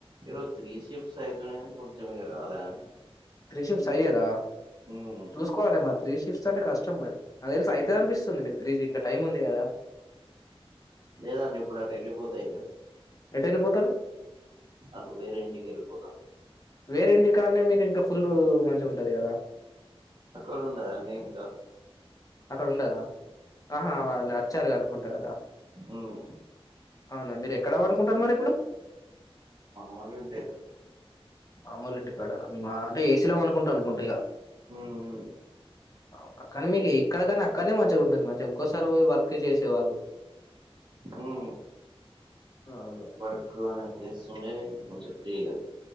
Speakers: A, on the right; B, on the left.
A: ఈరోజు త్రీ షిఫ్ట్స్ అయ్నాగాని కొంచెం ఇగ రాలే అన్
B: త్రీ షిఫ్ట్స్ అయ్యేదా
A: ఉమ్
B: చూసుకోవాల్ గా మర్. త్రీ షిఫ్ సంటె కష్టం మరి నాక్ దెల్సి ఐతాదనిపిస్తుంది నీక్ త్రీజింగ టైముంది గదా
A: లేదండి ఇప్పుడటెళ్ళిపోతా ఇగ.
B: ఎటెళ్ళిపోతారు.
A: అదు వేరే ఇంటికెళ్ళిపోతా
B: వేరేంటికాన్నే మీరింక ఫ్ పుల్లు మంచిగుంటది కదా
A: అక్కడుండదండి ఇంక.
B: అక్కడుండదా అహా వాల్యా చర్గ అనుకుంట గదా
A: ఉమ్
B: ఔన మీరెక్కడ వనుకుంటర్ మరిప్పుడు.
A: వాళ్ళు ఇంతేగా
B: మామోలు ఇంటి కాడ అంటే ఏసీలో పడుకుంటా అనుకుంటా ఇక
A: ఉమ్ ఉమ్
B: అవునా కానీ మీకు ఇక్కడ కానీ అక్కడనే మంచిగా ఉంటుంది మంచిగా ఇంకోసారి వర్క్ చేసేవాళ్ళు
A: హ్మ్
B: ఆ అవును
A: వర్క్ అనేది చేస్తుండే మంచి దీగ